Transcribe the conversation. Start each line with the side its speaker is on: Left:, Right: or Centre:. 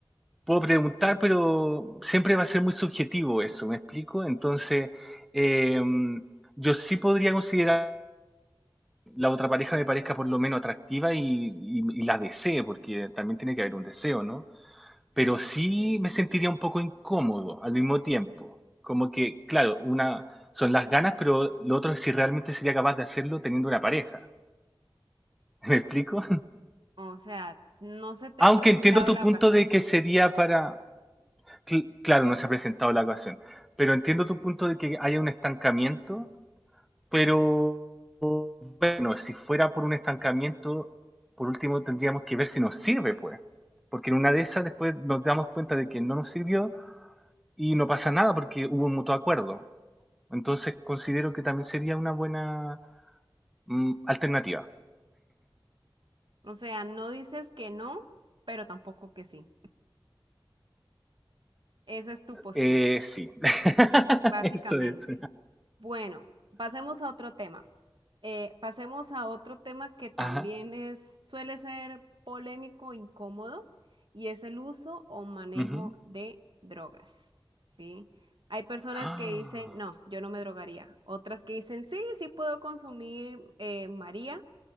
Centre: Puedo preguntar, pero siempre va a ser muy subjetivo eso, ¿me explico? Entonces, eh, yo sí podría considerar la otra pareja me parezca por lo menos atractiva y, y- y la desee, porque también tiene que haber un deseo, ¿no? Pero sí me sentiría un poco incómodo al mismo tiempo. Como que, claro, una son las ganas, pero lo otro es si realmente sería capaz de hacerlo teniendo una pareja. <laughs> ¿Me explico?
Right: O sea, no se te
Centre: Aunque
Right: ha presentado
Centre: entiendo tu
Right: la
Centre: punto
Right: ocasión.
Centre: de que sería para... cl- claro, no se ha presentado la ocasión, pero entiendo tu punto de que haya un estancamiento, pero bueno, si fuera por un estancamiento, por último tendríamos que ver si nos sirve, pues. Porque en una de esas después nos damos cuenta de que no nos sirvió y no pasa nada porque hubo un mutuo acuerdo. Entonces considero que también sería una buena mm, alternativa.
Right: O sea, no dices que no, pero tampoco que sí. Esa es tu postura.
Centre: Eh, sí, <laughs>
Right: Básicamente.
Centre: eso es.
Right: Bueno, pasemos a otro tema. Eh, pasemos a otro tema que también
Centre: Ajá.
Right: es, suele ser polémico, incómodo, y es el uso o manejo
Centre: ujú.
Right: de drogas, ¿sí? Hay personas
Centre: Ah,
Right: que dicen, no, yo no me drogaría. Otras que dicen, sí, sí puedo consumir eh, María,